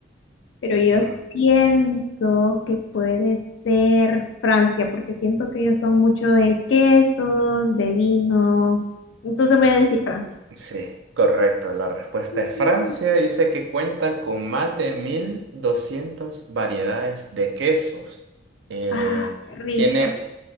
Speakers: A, on the left (about 75°); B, on the right (about 70°).
A: pero
B: ujú.
A: yo siento que puede ser Francia, porque siento que ellos son mucho de quesos, de vino. Entonces voy a decir Francia.
B: Sí, correcto. La respuesta
A: Mm,
B: es Francia. Dice que cuenta con más de 1.200 variedades de quesos. Eh,
A: Ah, qué rico.
B: tiene,